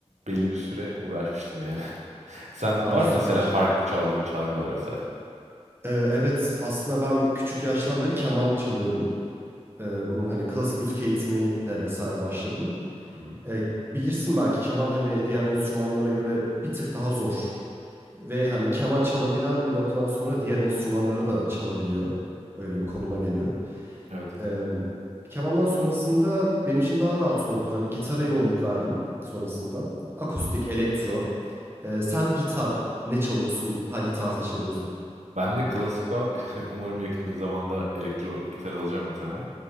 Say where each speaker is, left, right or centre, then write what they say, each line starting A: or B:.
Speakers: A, on the right; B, on the right.
A: belli bir süre uğraşmıştım yani. <laughs> Sende
B: Aa
A: var
B: süper.
A: mı mesela farklı çaldığın çalgılar vesaire?
B: Ee, evet aslında ben küçük yaştan beri keman çalıyorum. Ee, bunun hani klasik müzik eğitimiyle vesaire başladım.
A: Hı hı.
B: Ee, bilirsin belki keman hani diğer enstrümanlara göre bir tık daha zor. Ve hani keman çalabilen bir noktadan sonra diğer enstrümanları da çalabiliyor. Öyle bir konuma geliyor.
A: Evet.
B: Eee, kemandan sonrasında benim için daha rahat oldu. Hani gitara yoğunluk verdim sonrasında. Akustik, elektro. Eee, sen gitar ne çalıyorsun? Hangi tarzda çalıyorsun?
A: Bende klasik var. <laughs> Umarım yakın bir zamanda elektro gitar alacağım bir tane.